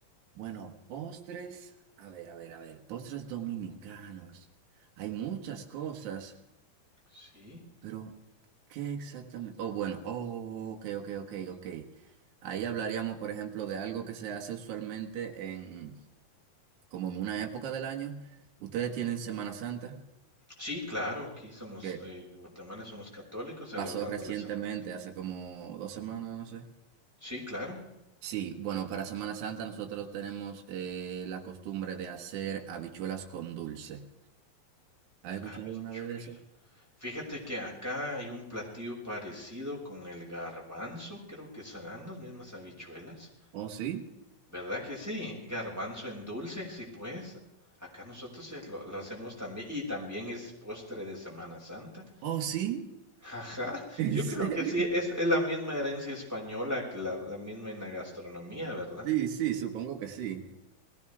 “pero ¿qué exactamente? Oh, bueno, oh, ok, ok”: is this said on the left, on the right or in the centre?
Right